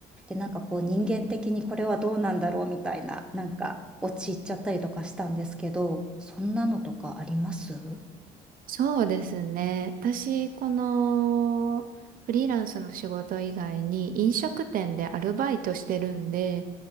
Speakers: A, in the centre; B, on the right (about 55°).
A: で、なんかこう人間的にこれはどうなんだろうみたいな、なんか陥っちゃったりとかしたんですけど、そんなのとかあります
B: そうですね。私、この、フリーランスの仕事以外に飲食店でアルバイトしてるんで、